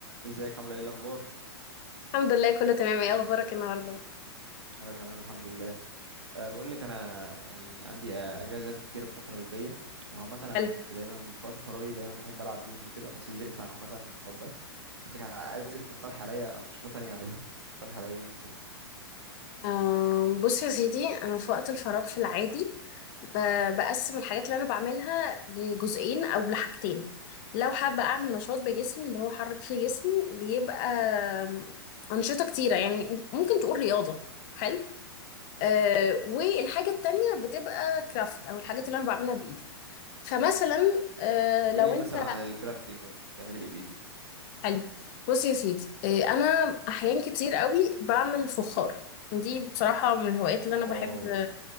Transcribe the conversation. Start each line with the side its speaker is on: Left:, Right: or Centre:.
Right: ازيك عامله ايه الاخبار
Left: الحمد لله كله تمام ايه اخبارك النهارده
Right: انا تمام الحمد لله أه بقول لك انا يعني عندي آه، اجازات كتيره الفتره الجايه وعامه انا
Left: حلو
Right: كنت دايما في وقت فراغي دايما بحب العب جيمز وكده بس زهقت عامه من الحوار ده كنت عايزك تقترح عليا انشطه تانية اعملها تقترح عليا ايه مثلا
Left: آم، بص يا سيدي انا في وقت الفراغ في العادي ب- بقسم الحاجات اللي انا بعملها لجزئين او لحاجتين لو حابه اعمل نشاط بجسمي اللي هو حرك فيه جسمي بيبقى آم، انشطه كتيره يعني ممكن تقول رياضه حلو أه والحاجه التانية بتبقى كرافت او الحاجات اللي انا بعملها بايدي فمثلا أه
Right: قولي
Left: لو
Right: لي
Left: انت
Right: مثلا عن الكرافتنج مثلا بتعملي ايه بايدك
Left: حلو بص يا سيدي إيه، انا احيان كتير قوي بعمل فخار دي بصراحة من الهوايات اللي انا
Right: واو
Left: بحب